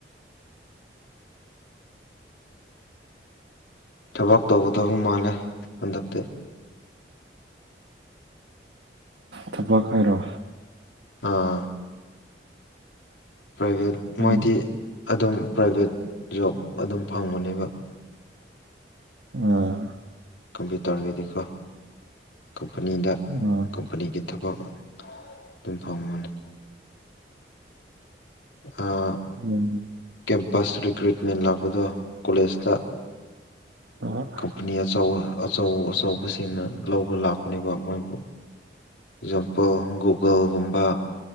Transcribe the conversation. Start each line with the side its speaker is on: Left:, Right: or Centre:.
Left: ꯊꯕꯛ ꯇꯧꯒꯗꯧꯕ ꯃꯥꯜꯂꯦ ꯍꯟꯗꯛꯇꯤ
Right: ꯊꯕꯛ ꯍꯥꯏꯔꯣ
Left: ꯑꯥ ꯄ꯭ꯔꯥꯏꯚꯦꯠ
Right: ꯑꯩ
Left: ꯃꯣꯏꯗꯤ ꯑꯗꯨꯝ ꯄ꯭ꯔꯥꯏꯚꯦꯠ ꯖꯣꯕ ꯑꯗꯨꯝ ꯐꯪꯕꯅꯦꯕ
Right: ꯑꯥ
Left: ꯀꯝꯄ꯭ꯌꯨꯇ꯭ꯔꯒꯤꯗꯤꯀꯣ ꯀꯝꯄꯅꯤꯗ
Right: ꯑꯥ
Left: ꯀꯝꯄꯅꯤꯒꯤ ꯊꯕꯛ ꯗꯨꯝ ꯐꯪꯕꯅꯤ ꯑꯥ
Right: INAUDIBLE
Left: ꯀꯦꯝꯄꯁ ꯔꯤꯀ꯭ꯌꯨꯠꯃꯦꯟ ꯂꯥꯛꯄꯗꯣ ꯀꯣꯂꯦꯖꯇ
Right: INAUDIBLE
Left: ꯀꯝꯄꯅꯤ ꯑꯆꯧꯕ ꯑꯆꯧ ꯑꯆꯧꯕꯁꯤꯡꯅ ꯂꯧꯕ ꯂꯥꯛꯄꯅꯦꯕ ꯃꯣꯏꯕꯨ ꯑꯦꯛꯖꯥꯝꯄꯜ ꯒꯨꯒꯜꯒꯨꯝꯕ